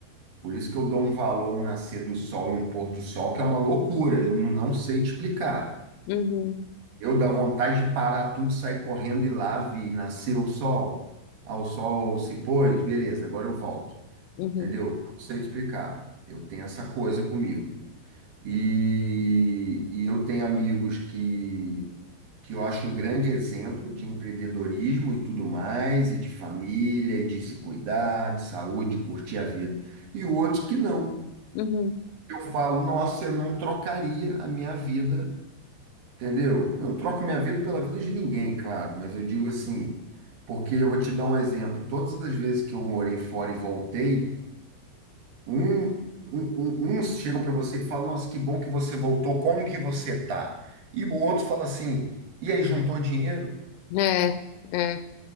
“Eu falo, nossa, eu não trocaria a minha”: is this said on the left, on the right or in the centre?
Right